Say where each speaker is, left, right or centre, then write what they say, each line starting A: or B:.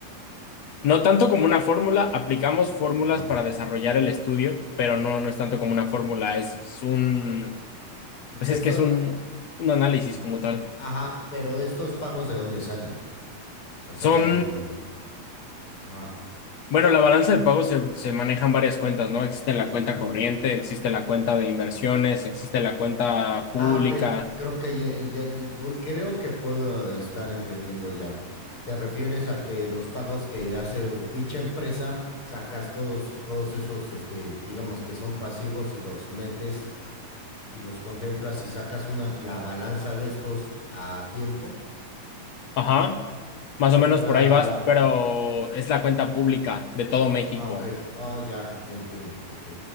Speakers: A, on the left; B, on the left.
A: No tanto como una fórmula, aplicamos fórmulas
B: Ajá.
A: para desarrollar el estudio, pero no, no es tanto como una fórmula, es un,
B: Porque
A: pues es
B: esto,
A: que es un, un análisis como tal.
B: Ajá, pero estos pagos de dónde salen? O sea,
A: Son,
B: el... Ajá.
A: bueno, la balanza de pagos se, se manejan varias cuentas, ¿no? Existe la
B: ujú.
A: cuenta corriente, existe la cuenta de inversiones, existe la cuenta pública,
B: Ah, ok. Creo que, ya- ya- ya- pu- creo que puedo estar entendiendo ya. ¿Te refieres a que los pagos que hace dicha empresa, sacas todos, todos esos, este, digamos que son pasivos y los metes y los contemplas y sacas una, la balanza de estos a tiempo
A: ajá, más
B: contra...
A: o menos por ahí vas, pero es la cuenta pública de todo México.
B: Ah, ok. Oh, ya, ya entiendo. Ok.